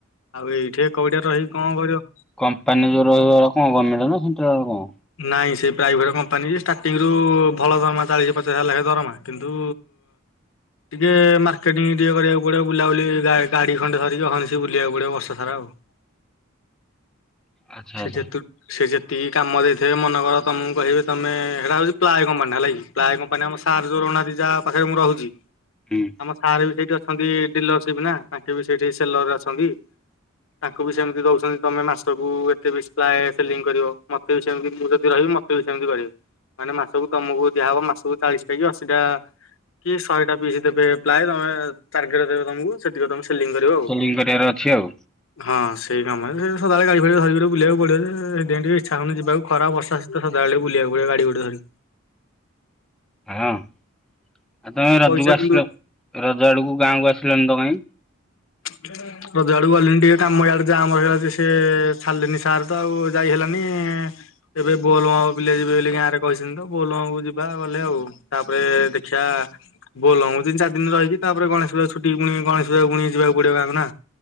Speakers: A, on the left; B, in the centre.
A: ଆଉ ଏଇଠି ଏକଗୋଡ଼ିଆ ଟା କଁ କରିବ।
B: କମ୍ପାନୀରେ ଯଉ ରହିବ କଣ ଗମେଣ୍ଟ ସେଣ୍ଟାଲ କଣ?
A: ନାଇଁ ସେ ପ୍ରାଇଭେଟ କମ୍ପାନୀ ଯେ ଷ୍ଟାର୍ଟିଂ ରୁ ଭଲ ଦରମା ଚାଳିଶ ପଚାଶ ହଜାର ଲାଖେ ଦରମା। କିନ୍ତୁ, ଟିକେ ମାର୍କେଟିଂ ଟିକେ କରିବାକୁ ପଡିବ ବୁଲାବୁଲି ଗା ଗାଡ଼ି ଖଣ୍ଡେ ଧରିକି ହନସ ବୁଲିବାକୁ ପଡ଼ିବ ବର୍ଷା ସାରା ଆଉ।
B: ଆଚ୍ଛା
A: ସେ
B: ଆଚ୍ଛା
A: ଯେ ତୁ ସେ ଯେତିକି କାମ ଦେଇଥିବେ ମନେ କର ତମକୁ କହିବେ ତମେ ସେଟା ହଉଛି ପ୍ଲାଏ କମ୍ପାନୀ ହେଲା କି। ପ୍ଲାଏ କମ୍ପାନୀ ଆମ ସାର୍ ଯୋ ରନାୀ ଯାହା ପାଖରେ ମୁଁ ରହୁଛି।
B: ହୁଁ।
A: ଆମ ସାର୍ ବି ସେଇଠି ଅଛନ୍ତି ଡିଲରସିପ ନା ତାଙ୍କେ ବି ସେଇଠି ସେଲର ରେ ଅଛନ୍ତି। ତାଙ୍କୁ ବି ସେମିତି ଦଉଛନ୍ତି ତମେ ମାସକୁ ମତେ ବି ପ୍ରାୟ ସେଲିଂ କରିବ, ମତେ ବି ସେମତି ମୁଁ ଯଦି ରହିବି ମତେ ବି ସେମିତି କରିବି। ମାନେ ମାସକୁ ତମକୁ ଦିଆହେବ ମାସକୁ ଚାଳିଶ ଟା କି ଅଶୀ ଟା କି ଶହେଟା ପିସ୍ ଦେବେ ପ୍ଲାଏ ତମେ ଟାରଗେଟ ଦେବେ ତମକୁ। ସେତିକ ତମେ ସେଲିଂ କରିବା ଆଉ।
B: ସେଲିଂ କରିବାର ଅଛି ଆଉ
A: ହଁ, ସେଇ କାମ ସଦାବେଳେ ଗାଡି ଫାଡି ଧରିକି। ବୁଲିବାକୁ ପଡିବ ଯେ ଏ ସେଥିପାଇଁ ଟିକେ ଇଚ୍ଛା ହଉନି ଯିବାକୁ ଖରା, ବର୍ଷା, ଶୀତ ସଦାବେଳେ ଟିକେ ବୁଲିବାକୁ ପଡିବ ଗାଡି ଗୋଟେ ଧରିକି।
B: ହଁ ଆଉ ତମେ ରଜକୁ
A: ପଇସା
B: ଆସିଲ
A: କିନ୍ତୁ
B: ରଜ ଆଡ଼କୁ ଗାଁକୁ ଆସିଲନି ତ କାଇଁ?
A: <inaudible> ତୋ ଦୁଆରକୁ ଗଲିଣିି ଟିକେ କାମାଡକୁ ଯାହା ମର ହେଗଲାଛି ସେ ଛଡିଲେନି ସାର୍ ତ ଆଉ ଯାଇ ହେଲାନି ଏବେ ବୋଲବମ୍ ପିଲା ଯିବେ ବୋଲି ଗାଁରେ କହିଛନ୍ତି ତ ବୋଲମାକୁ ଯିବା ଗଲେ ଆଉ। ତାପରେ ଦେଖିଆ ବୋଲବମ୍ ତିନି ଚାରି ଦିନ ରହିଛିି ତା ପରେ ଗଣେଶ୍ ପୂଜା ଛୁଟି ପୁଣି ଗଣେଶ୍ ପୂଜା ପୁଣି ଯିବାକୁ ପଡିବ ଗାଁ କୁ ନା।